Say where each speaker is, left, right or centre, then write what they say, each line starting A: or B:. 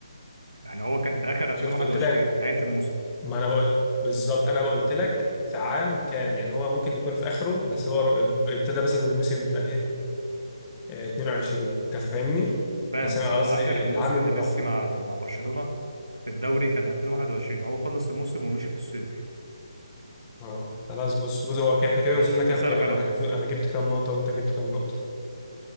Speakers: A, on the right; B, on the left.
A: يعني هو كان في اخر 2021
B: شفت قلت لك
A: نهايه الموسم
B: ما انا بقول بالظبط انا قلت لك في عام كام يعني هو ممكن يكون في اخره بس هو ابتدى مثلا الموسم في 2022 انت فاهمني
A: فاهم
B: بس
A: اصل
B: انا
A: هو
B: قصدي
A: اخر موسم
B: العام اللي
A: لميسي
B: راح فيه
A: مع مع برشلونه في الدوري كان 2021 هو خلص الموسم ومشي في الصيف
B: اه خلاص بص بص هو كده- احنا كده
A: ماشي
B: وصلنا كام
A: اسالك
B: كام
A: انا
B: انا
A: طب
B: انا جبت كام نقطة وانت جبت كام نقطة